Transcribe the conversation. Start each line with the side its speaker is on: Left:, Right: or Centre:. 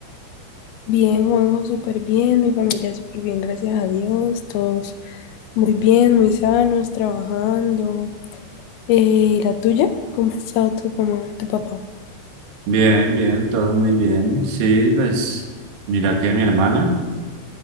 Left: Bien, Juanjo, súper bien, mi familia súper bien, gracias a Dios, todos muy bien, muy sanos, trabajando. Eh, ¿y la tuya? ¿Cómo ha estado tu mamá y tu papá?
Right: Bien, bien, todo muy bien. Sí, pues mira que mi hermana